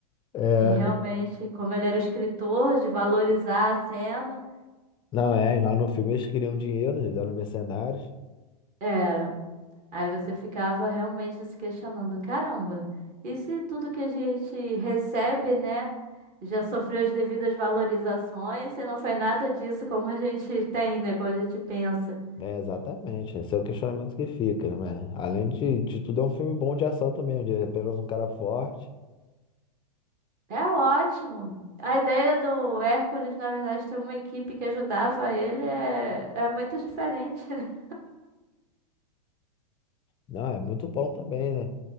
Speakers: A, on the left; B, on the right.
A: É.
B: de realmente, como ele era escritor, de valorizar a cena,
A: Não, é, e lá no filme eles queriam dinheiro, eles eram mercenários.
B: era. Aí você ficava realmente se questionando, caramba, e se tudo que a gente recebe, né, já sofreu as devidas valorizações e não foi nada disso como a gente tem, né, como a gente pensa.
A: É, exatamente. Esse é o questionamento que fica, né? Além de, de tudo, é um filme bom de ação também, onde é apenas um cara forte.
B: É ótimo. A ideia do Hércules, na verdade, ter uma equipe que ajudava ele é, é muito diferente, né?
A: Não, é muito bom também, né?